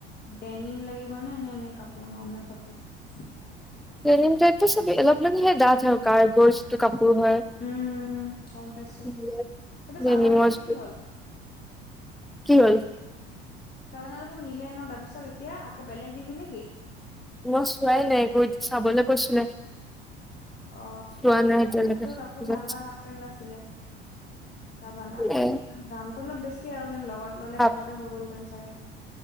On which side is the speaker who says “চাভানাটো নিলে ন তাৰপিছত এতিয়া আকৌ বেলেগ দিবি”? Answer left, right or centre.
Left